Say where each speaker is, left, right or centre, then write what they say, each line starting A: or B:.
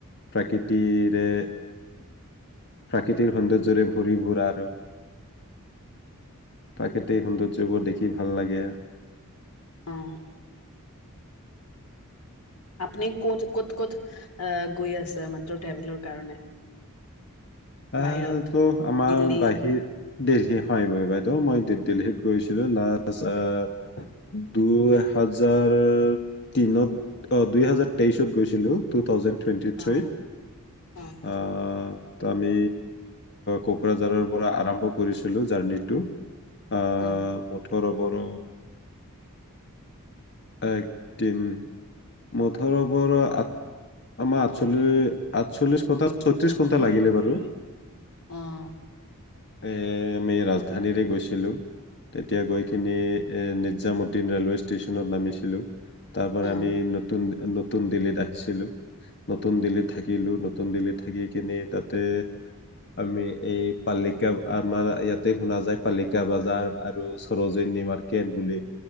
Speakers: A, on the left (about 50°); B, on the left (about 85°).
A: প্ৰাকৃতিৰে প্ৰাকৃতিৰ সৌন্দৰ্যৰে ভৰি ভৰা আৰু প্ৰাকৃতিক সৌন্দৰ্যবোৰ দেখি ভাল লাগে।
B: অহ। আপুনি ক'ত ক'ত ক'ত আহ গৈ আছে মাত্ৰ ট্ৰেভেলৰ কাৰণে।
A: আহ
B: বাহিৰত?
A: ত আমাৰ
B: দিল্লী
A: বাহিৰ। দিল্লী হয় বাইদেউ মই। দেহকীত গৈছিলো
B: অ',
A: না। অহ দুই হাজাৰ তিনত অহ দুই হাজাৰ তেইশত গৈছিলো টু থাউজেণ্ড। টুৱেণ্টি থ্ৰীত
B: অ', অ', অ',
A: অহ। আমি কোকৰাঝাৰৰ পৰা আৰম্ভ কৰিছিলো জাৰ্ণিটো আহ
B: অ'।
A: মুঠৰ বৰ একটিন মুঠৰ ওপৰত আমাৰ আঠচল্লি আঠচল্লিশ ঘন্টা ছয়ত্ৰিশ ঘন্টা লাগিলে বাৰু।
B: অ',
A: এ আমি ৰাজধানীৰে গৈছিলো। তেতিয়া গৈকিনি এ নিজামুদ্দীন ৰেলৱে ষ্টেচনত নামিছিলো। তাৰ পৰা
B: অ',
A: আমি নতুন নতুন দিল্লীত আহিছিলো। নতুন দিল্লীত থাকিলো। নতুন দিল্লিত থাকি কিনে তাতে আমি এই পাল আমাৰ ইয়াতে শুনা যায় পালিকা বাজাৰ আৰু সৰোজনী মাৰ্কেট বুলি।